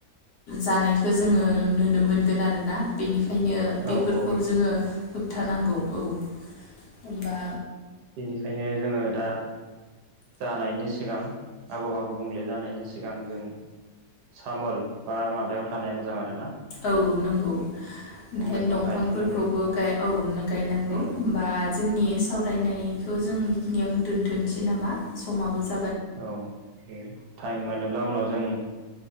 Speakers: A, on the left; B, on the right.
A: जानायखौ जोङो नुनो मोनगोन आरोना बेनिखायनो ओंखायनो
B: औ
A: बेफोरखौ
B: औ
A: जोङो होबथानांगौ औ हबा
B: बेनिखायनो जोङो दा जानायनि सिगां आबहावा गुबुंले जानायनि सिगां जों सामोल बा माबायाव थानाया मोजां आरो ना
A: औ नंगौ ओंखायनो
B: लाइफां
A: दंफांफोरखौबो
B: गायथेनानै
A: औ गायनांगौ
B: उम
A: होमबा जोंनि सावरायनायखौ जों बेखिनियावनो दोन्थ'नोसै नामा समाबो जों
B: औ दे टाइम मोनोब्ला उनाव जों